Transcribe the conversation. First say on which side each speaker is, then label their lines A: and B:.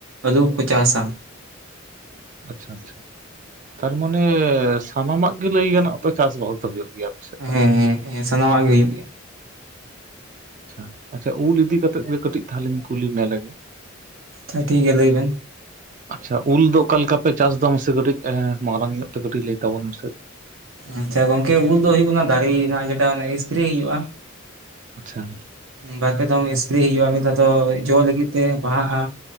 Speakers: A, on the right; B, on the right.
A: ᱟᱹᱞᱩᱠᱚ ᱪᱟᱥᱟ
B: ᱟᱪᱪᱷᱟ ᱟᱪᱪᱷᱟ ᱛᱟᱨᱢᱟᱱᱮ ᱥᱟᱱᱟᱢᱟᱜ ᱜᱤ ᱞᱟᱹᱭ ᱜᱟᱱᱚᱜᱼᱟ ᱛᱚ ᱪᱟᱥᱵᱟᱥ ᱫᱚ ᱦᱩᱭᱩᱜ ᱜᱮᱭᱟ ᱟᱯᱮᱥᱮᱫ ᱫᱚ
A: ᱦᱮᱸ ᱦᱮᱸ ᱦᱮᱸ ᱥᱟᱱᱟᱢᱟᱜ ᱜᱮ ᱦᱩᱭᱩᱜ ᱜᱮᱭᱟ
B: ᱟᱪᱪᱷᱟ ᱟᱪᱪᱷᱟ ᱩᱞ ᱤᱫᱤ ᱠᱟᱛᱮᱫ ᱜᱮ ᱠᱟᱹᱴᱤᱡ ᱛᱟᱦᱞᱮᱧ ᱠᱩᱞᱤ ᱢᱮ ᱞᱮ
A: ᱟᱪᱪᱷᱟ <unintelligible> ᱴᱷᱤᱠ ᱜᱮᱭᱟ ᱞᱟᱹᱭ ᱵᱮᱱ ᱾
B: ᱟᱪᱪᱷᱟ ᱩᱞ ᱫᱚ ᱚᱠᱟ ᱞᱮᱠᱟ ᱯᱮ ᱪᱟᱥ ᱫᱟ ᱢᱟᱥᱮ ᱠᱟᱹᱴᱤᱡ ᱢᱟᱨᱟᱝ ᱧᱚᱜ ᱛᱮ ᱠᱟᱹᱴᱤᱡ ᱞᱟᱹᱭ ᱛᱟᱵᱚᱱ ᱢᱮ ᱥᱮ
A: ᱟᱪᱪᱷᱟ ᱜᱚᱝᱠᱮ ᱩᱞ ᱫᱚ ᱦᱩᱭᱩᱜ ᱠᱟᱱᱟ ᱫᱟᱨᱮ ᱱᱟᱜ ᱡᱮᱴᱟ ᱮᱥᱯᱨᱮ ᱦᱩᱭᱩᱜᱼᱟ᱾
B: ᱟᱪᱪᱷᱟ
A: ᱵᱟᱨᱯᱮ ᱫᱷᱚᱢ ᱮᱥᱯᱨᱮ ᱦᱤᱭᱳᱜᱼᱟ ᱢᱤᱫ ᱫᱷᱟ ᱫᱚ ᱡᱚ ᱞᱟᱹᱜᱤᱜ ᱛᱮ ᱵᱟᱦᱟᱜᱼᱟ᱾